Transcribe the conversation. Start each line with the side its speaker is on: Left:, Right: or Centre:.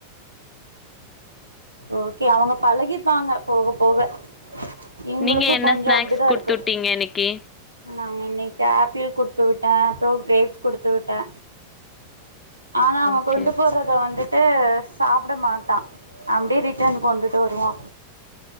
Right: ஓகே அவங்க பழகிப்பாங்க போக போக எங்களுக்கு
Left: நீங்க என்ன
Right: கொஞ்ச
Left: ஸ்நாக்ஸ்
Right: அப்டிதா
Left: குடுத்து
Right: இருக்கு
Left: விட்டீங்க இன்னைக்கு?
Right: நாங்க இன்னைக்கு ஆப்பிள் கு டுத்து விட்டே அப்புற கேப்ஸ் குடுத்து விட்டே ஆனா நம்ம
Left: ஓகே.
Right: கொண்டு போறத வந்து ட்டு சாப்பிட மாட்டா அப்படியே ரிட்டன் கொண்டுட்டு வருவா